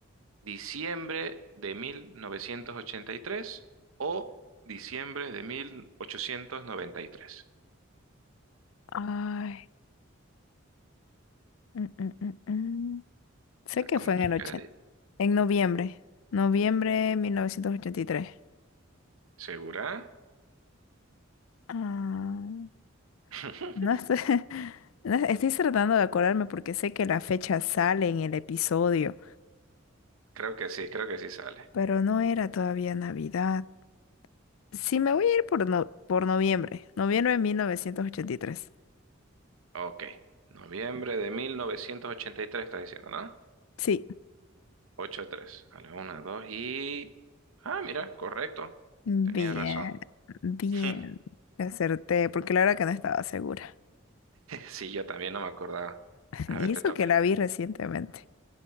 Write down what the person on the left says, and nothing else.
Ay. mm, mm, mm, mm. Sé
que
fue en el ochenta. En noviembre, noviembre 1983.
Ah,
no estoy, <laughs> no, estoy tratando de acordarme porque sé que la fecha sale en el episodio,
pero no era todavía Navidad. Sí, me voy a ir por, no- por noviembre, noviembre de 1983.
Sí,
bien,
bien,
acerté, porque la verdad que no estaba segura.
<laughs>
Y
eso
que la vi recientemente.